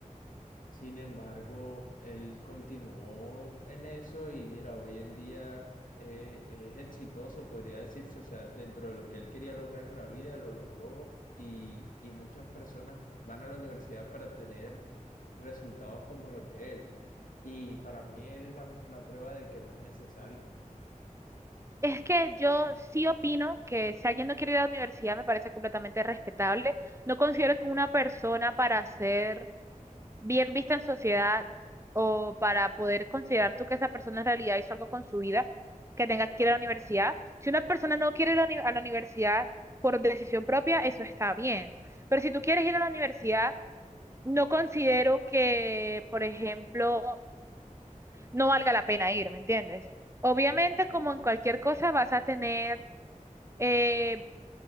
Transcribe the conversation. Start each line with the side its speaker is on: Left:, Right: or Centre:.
Left: Sin embargo, él continuó en eso y mira, hoy en día eh, es exitoso, podría decirse, o sea, dentro de lo que él quería lograr en la vida, lo logró y, y muchas personas van a la universidad para tener resultados como los de él. Y para mí él es la, la prueba de que no es necesario.
Right: Es que yo sí opino que si alguien no quiere ir a la universidad me parece completamente respetable. No considero que una persona para ser bien vista en sociedad o para poder considerar tú que esa persona en realidad hizo algo con su vida, que tenga que ir a la universidad. Si una persona no quiere ir a la uni- a la universidad por decisión propia, eso está bien. Pero si tú quieres ir a la universidad, no considero que, por ejemplo, no valga la pena ir, ¿me entiendes? Obviamente,
Left: Sí.
Right: como en cualquier cosa, vas a tener... eh,